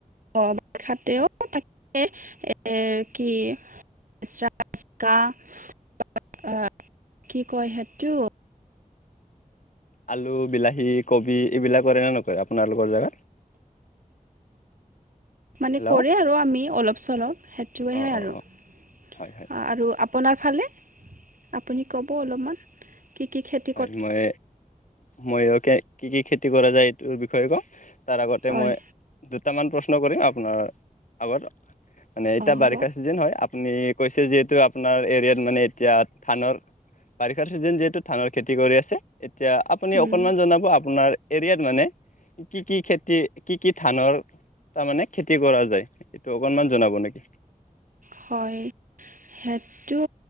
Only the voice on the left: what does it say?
হয়
আলু বিলাহী কবি এইবিলাক কৰেনে নকয় আপোনালোকৰ জেগাত। <unintelligible>
অ
অ
অ
হয় হয়
আৰু মই ময়কে কি কি খেতি কৰা যায় এইটোৰ বিষয়ে কওঁ। তাৰ আগতে
মই দুটামান প্ৰশ্ন কৰিম আপোনাৰ আগত। মানে এতিয়া
বাৰিষা চিজন হয়, আপুনি কৈছে যিহেতু আপোনাৰ এৰিয়াত মানে এতিয়া ধানৰ বাৰিষাৰ চিজন যিহেতু ধানৰ খেতি কৰি আছে এতিয়া আপুনি
অকনমান জনাব আপোনাৰ এৰিয়াত মানে কি কি খেতি কি কি ধানৰ তাৰমানে খেতি কৰা যায় এইটো অকণমান জনাব নেকি?